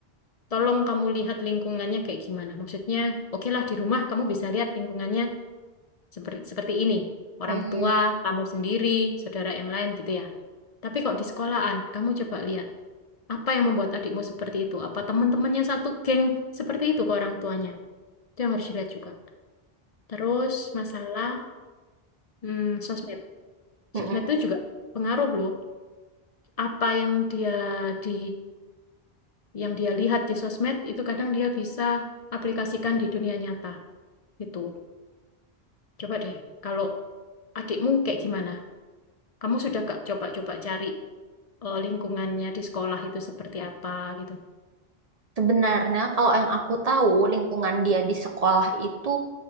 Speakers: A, on the left (about 45°); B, on the right (about 45°).
A: tolong kamu lihat lingkungannya kayak gimana. Maksudnya, oke lah di rumah kamu bisa lihat lingkungannya seperti seperti ini. Orang
B: hmm,
A: tua, kamu sendiri, saudara yang lain gitu ya. Tapi kok di sekolahan, kamu coba lihat apa yang membuat adikmu seperti itu? Apa teman-temannya satu geng seperti itu ke orang tuanya? Itu yang harus dilihat juga. Terus masalah hmm, sosmed.
B: hmm,
A: Sosmed itu juga pengaruh loh. Apa yang dia di yang dia lihat di sosmed itu kadang dia bisa aplikasikan di dunia nyata gitu. Coba deh, kalau adikmu kayak gimana? Kamu sudah gak coba-coba cari eh, lingkungannya di sekolah itu seperti apa gitu?
B: Sebenarnya kalau yang aku tahu lingkungan dia di sekolah itu